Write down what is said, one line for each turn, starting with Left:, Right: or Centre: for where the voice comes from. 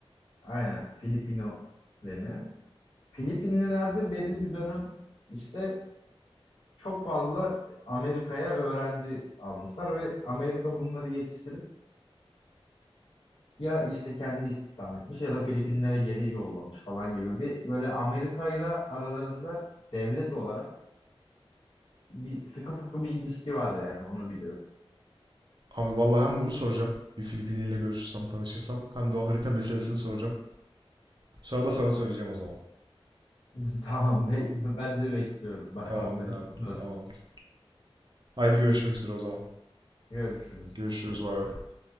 Left: Aynen Filipino deniyor. Filipinliler de belli bir dönem işte çok fazla Amerika'ya öğrenci almışlar ve Amerika bunları yetiştirip ya işte kendi istihdam etmiş ya da Filipinlere geri yollamış falan gibi bir böyle Amerika ile aralarında devlet olarak bir sıkı fıkı bir ilişki var yani onu biliyorum.
Right: Abi vallahi hem bunu soracağım. Bir Filipinliyle görüşürsem, tanışırsam hem de o harita meselesini soracağım. Sonra da sana söyleyeceğim o zaman.
Left: <laughs> Tamam be- ben de bekliyorum bakalım
Right: Tamamdır abi.
Left: <laughs> nasıl.
Right: Tamamdır. Haydi görüşmek üzere o zaman.
Left: Görüşürüz.
Right: Görüşürüz.
Left: Görüşürüz.
Right: Bay bay.